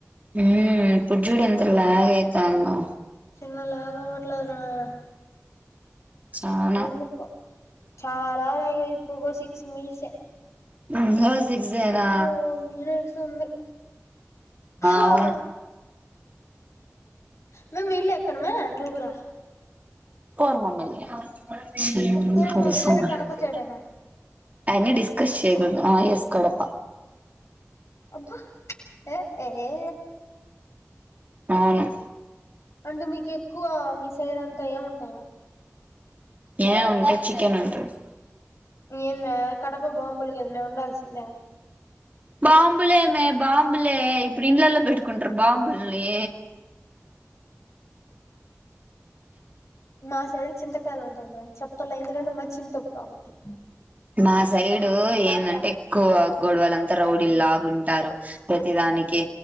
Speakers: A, on the right (about 30°); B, on the left (about 75°).
A: మ్మ్ ఇప్పుడు చూడు ఎంత లాగ్ అయితందో
B: చిన్నలాగా అవ్వట్లేదురా నాయన
A: చానా
B: ఎందుకో చాలా <unintelligible> ఇప్పుడు కూడ సిక్స్ మినిట్సే
A: <unintelligible> సిక్సే
B: ఇంకా
A: నా
B: ఫోర్ మినిట్స్ ఉంది హా
A: అవును
B: మే మీ ఇళ్లు ఎక్కడ మే నువ్వు రా
A: పోదాం పా మీ ఇంటికి <unintelligible>
B: పోరు మమ్మీ ఇల్లు అంటే కడప సైడేనా
A: అయినా డిస్కస్ చేయకూడదు ఆ ఎస్ కడప
B: అబ్బా ఏ ఏ ఏ
A: అవును
B: అంటే మీకు ఎక్కువ మీ సైడ్ అంతా ఏముంటాయా
A: ఏముంది చికెన్ ఉంటుంది
B: ఏందీ మే కడప బాంబులు కదా మే ఉండాల్సింది
A: బాంబులే మే బాంబులే ఇప్పుడు ఇండ్ల లో పెట్టుకుంటార బాంబుల్ని
B: మా సైడ్ చింతకాయలు ఉంటాయమ్మా చెప్ పలే ఎందుకంటే మా చింతొక్కు బాంటాయ్
A: మా సైడు ఏందంటే ఎక్కువ గొడవలంతా రౌడీ లా ఉంటారు ప్రతిదాని కి